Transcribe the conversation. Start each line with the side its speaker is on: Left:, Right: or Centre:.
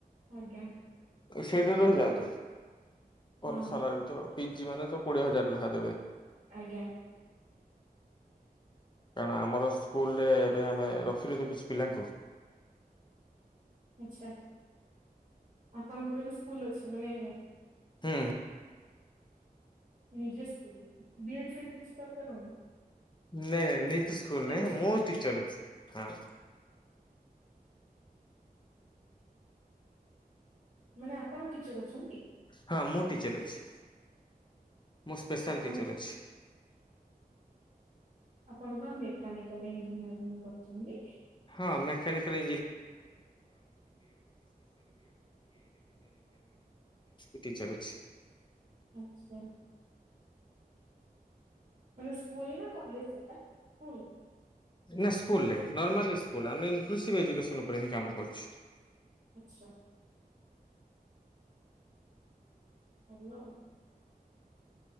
Right: ଆଜ୍ଞା।
Left: ସେଇଠାରେ ରହିଯାଆନ୍ତୁ ଭଲ
Right: ହଁ
Left: ସାଲାରି ବି ତ। ପିଜି ମାନେ ତ କୋଡିଏ ହଜାର ଲେଖାଦେବେ।
Right: ଆଜ୍ଞା।
Left: କାରଣ ଆମର ସ୍କୁଲରେ ଏବେ ଆମେ ରଖିଲୁ ତ କିଛି ପିଲାଙ୍କୁ।
Right: ଆଚ୍ଛା ଆପଣଙ୍କର ବି ସ୍କୁଲ ଅଛି ମାନେ।
Left: ହୁଁ।
Right: ନିଜ ସ୍କୁଲ ବିଏଡ୍ ଫିଡ଼୍ କିଛି ଦରକାର ହେଉନି।
Left: ନାଇଁ ନାଇଁ <unintelligible> ସ୍କୁଲ ନାଇଁ
Right: ଅଛନ୍ତି
Left: ମୁଁ ଟିଚର ଅଛି ହଁ।
Right: ମାନେ ଆପଣ ଟିଚର ଅଛନ୍ତି କି?
Left: ହଁ ମୁଁ ଟିଚର ଅଛି। ମୁଁ ସ୍ପେଶାଲ
Right: ଆପଣ
Left: ଟିଚର ଅଛି।
Right: ଆପଣ ପା ମେକାନିକାଲ ଇଞ୍ଜିନିୟରିଂ କରିଛନ୍ତି।
Left: ହଁ ମେକାନିକାଲ <unintelligible> <unintelligible>
Right: ଆଚ୍ଛା। ମାନେ ସ୍କୁଲ ନା କଲେଜ ସେଟା ସ୍କୁଲ।
Left: ନା ସ୍କୁଲରେ ନର୍ମାଲ ସ୍କୁଲରେ ଆମେ ଇନକ୍ଲୁଭ୍ ଏଜୁକେସନ ଉପରେ ହିଁ କାମ କରଛୁ।
Right: ଆଚ୍ଛା। ହ୍ୟାଲୋ।